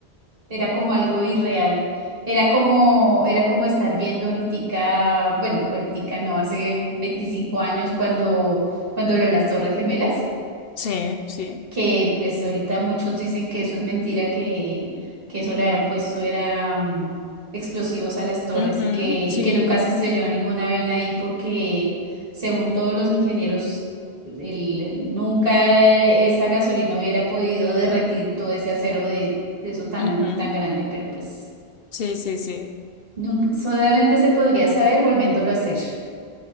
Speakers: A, on the right; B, on the left.
A: era como algo irreal. Era como, era como estar viendo ahorita, bueno, ahorita no, hace 25 años cuando, cuando lo de las Torres Gemelas
B: sí, sí,
A: que pues ahorita muchos dicen que eso es mentira, que, que eso le habían puesto era mm, explosivos a las torres
B: ujú,
A: y que,
B: sí,
A: y que nunca se estrelló ningún avión ahí porque según todos los ingenieros, el- el- nunca esa gasolina hubiera podido derretir todo ese acero de, de eso tan,
B: ujú,
A: tan grande, pero pues
B: sí, sí, sí,
A: nunca, solamente se podría saber volviéndolo a hacer